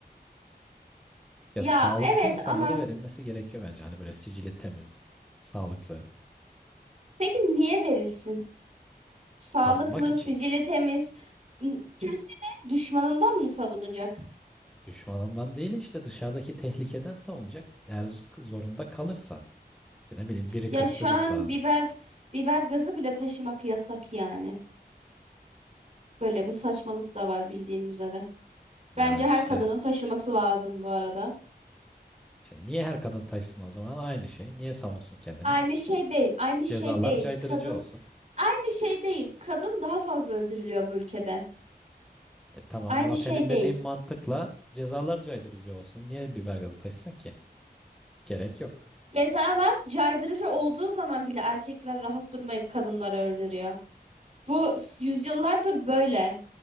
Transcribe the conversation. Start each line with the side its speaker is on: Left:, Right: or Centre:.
Centre: Ya
Right: Ya
Centre: sağlıklı
Right: evet
Centre: insanlara
Right: ama
Centre: verilmesi gerekiyor bence. Hani böyle sicili temiz, sağlıklı,
Right: peki niye verilsin? Sağlıklı,
Centre: savunmak için.
Right: sicili temiz. N- Kendini düşmanından mı savunacak?
Centre: Düşmanından değil işte dışarıdaki tehlikeden savunacak. Eğer z- zorunda kalırsa, işte ne bileyim biri
Right: Ya
Centre: kıstırırsa
Right: şu an biber biber gazı bile taşımak yasak yani. Böyle bir saçmalık da var bildiğin üzere.
Centre: ya
Right: Bence
Centre: işte,
Right: her kadının taşıması lazım bu arada.
Centre: işte niye her kadın taşsın o zaman aynı şey. Niye savunsun kendini?
Right: Aynı şey değil, aynı
Centre: Cezalar
Right: şey değil.
Centre: caydırıcı
Right: Kadın
Centre: olsun.
Right: aynı şey değil. Kadın daha fazla öldürülüyor bu ülkede.
Centre: E tamam
Right: Aynı
Centre: ama senin
Right: şey değil.
Centre: dediğin mantıkla cezalar caydırıcı olsun. Niye biber gazı taşısın ki? Gerek yok.
Right: Cezalar caydırıcı olduğu zaman bile erkekler rahat durmayıp kadınları öldürüyor. Bu s- yüzyıllardır böyle.